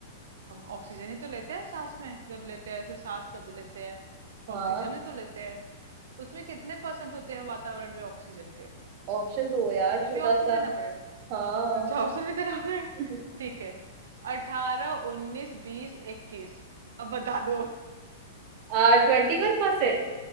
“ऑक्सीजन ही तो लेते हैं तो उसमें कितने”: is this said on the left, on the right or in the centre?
Right